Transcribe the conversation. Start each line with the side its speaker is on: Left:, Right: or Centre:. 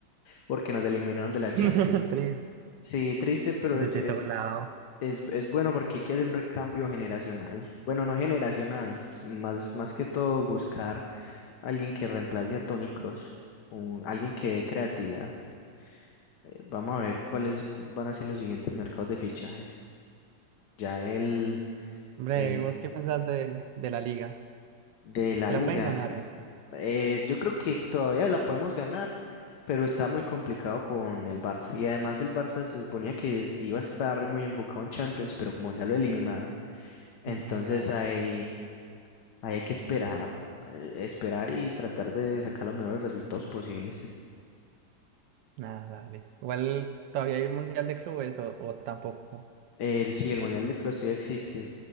Left: porque nos eliminaron de la
Right: <laughs>
Left: Champions.
Right: Triste,
Left: Sí, triste, pero
Right: desde
Left: es,
Right: todo lado.
Left: es, es bueno porque hay que hacer un recambio generacional. Bueno, no generacional, más, más que todo buscar alguien que reemplace a Toni Kroos, un- alguien que dé creatividad. Eh, Vamos a ver cuáles van a ser los siguientes mercados de fichajes. Ya el,
Right: Hombre,
Left: el
Right: ¿y vos qué pensás de, de la liga?
Left: de la
Right: ¿Que
Left: liga
Right: la pueden ganar o no?
Left: Eh, yo creo que todavía la podemos ganar, pero está muy complicado con el Barça. Y además el Barça se suponía que es- iba a estar muy enfocado en Champions, pero como ya lo eliminaron, entonces
Right: Sí, dale,
Left: hay, hay que esperar, eh, esperar y tratar de sacar los mejores resultados posibles.
Right: nada, dale. Igual todavía hay Mundial de Clubes o, o tampoco.
Left: El, sí, el Mundial de Clubes todavía existe.